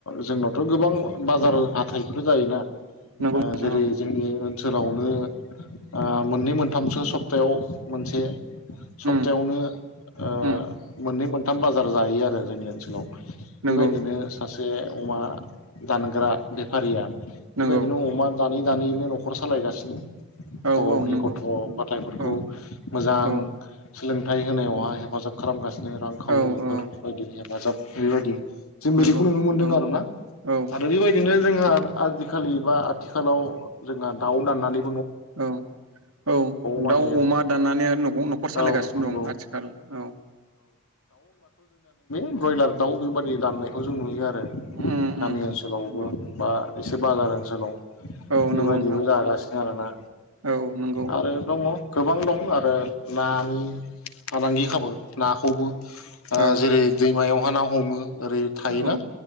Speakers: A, on the left; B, on the right.
A: जोंनावथ' गोबां बाजार हाथाइफोर जायोना।
B: नंगौ
A: ओं
B: नंगौ
A: जेरै
B: नोंथां
A: जोंनि ओन ओनसोलावनो ओ मोननै मोनथामसो सप्तायाव मोनसे
B: औ
A: सप्तायावनो ओ
B: उम उम
A: मोननै मोन थाम बाजार जायो आरो जोंनि ओनसोलाव। बेबायदिनो
B: नंगौ
A: सासे जे अमा दानग्रा बेफारिया बेबायदिनो
B: नंगौ
A: अमा दानै दानैनो न'खर सालायगासिनो।
B: औ
A: गाव गावनि
B: औ नंगौ
A: गथ' गथायाइफोरखौ
B: औ
A: मोजां
B: औ
A: सोलों थाय होनायावहाय हेफाजाब खालामगासिनो। बिदिनो रांखावरिफोर
B: औ औ
A: बायदिनो हेफाजाब। बेबायदि जों बेदिखौ
B: नंगौ
A: नुनो मोनदों
B: औ
A: आरोना
B: औ
A: आरो बेबायदिनो जोंहा आजि खालि बा आथिखालाव जोंहा दाउ दाननानै
B: औ औ
A: माने
B: दाउ, अमा दाननानै आरो न'खर सालायगासिनो
A: औ नंगौ
B: दं आथिखाल औ।
A: बयलार दाउ बेबादि दाननायखौ जों नुयो आरो।
B: उम
A: गामि ओनसोलावबो
B: नंगौ
A: बा एसे बाजार ओनसोलाव।
B: औ
A: बेबायदिबो
B: नंगौ नोंथां
A: जागासिनो आरोना
B: औ नंगौ
A: आरो दङ गोबां दं आरो नानि फालांगि खाबो नाखौबो। ओ
B: औ
A: जेरै दैमायाव। <inaudible> हमो। ओरै थायोना
B: औ